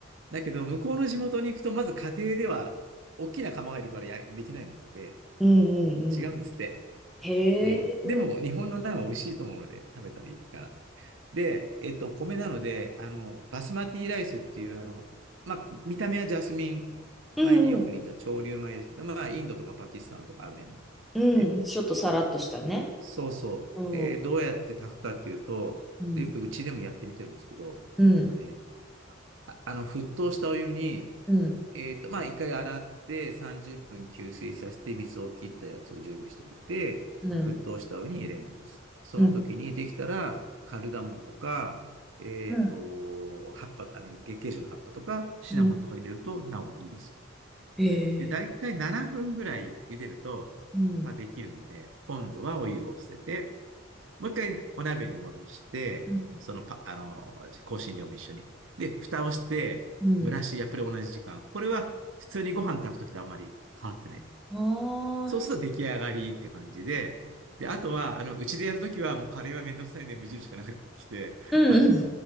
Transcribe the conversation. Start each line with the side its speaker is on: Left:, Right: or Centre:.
Right: だけど、向こうの地元に行くと、まず家庭では、大きな釜がいるからや、できないもんで、
Centre: うんうんうん。
Right: 違うんですって。
Centre: へえ。
Right: うん。でも、日本のナンは美味しいと思うので、食べたらいいから。で、えっと、米なので、あの、バスマティライスっていう、あの、まあ、見た目はジャスミン
Centre: うんうん。
Right: 米によく似た潮流米ですけど、まあ、インドとかパキスタンとかある辺
Centre: うん。
Right: で、
Centre: ちょっとさらっとしたね。
Right: そうそう。
Centre: うん。
Right: で、どうやって炊くかっていうと、
Centre: うん。
Right: で、うちでもやってみてるんですけど、
Centre: うん。
Right: えっとね、あ、あの、沸騰したお湯に、
Centre: うん。
Right: えっと、まあ、一回洗って30分吸水させて水を切ったやつを準備しておいて、
Centre: うん。
Right: 沸騰したお湯に入れます。その時にできたら、
Centre: うん。
Right: カルダモンとか、えっと、
Centre: うん。
Right: 葉っぱ、あの、月桂樹の葉っぱとか、シナモンとか入れるとなおいいです。
Centre: うんええ
Right: で、だいたい7分ぐらい茹でると、
Centre: うん。
Right: まあ、できるので、今度はお湯を捨てて、もう一回お鍋に戻して、
Centre: うん。
Right: そのパ、あの、香辛料も一緒に。で、蓋をして、
Centre: うん。
Right: 蒸らし、やっぱり同じ時間。これは普通にご飯炊くときとあんまり変わってない。
Centre: ああ、
Right: そうすると出来上がりっていう感じで、で、あとは、あの、うちでやるときは、もうカレーはめんどくさいんで、無印かなんかで買ってきて、
Centre: うん。
Right: <laughs> あの、
Centre: うん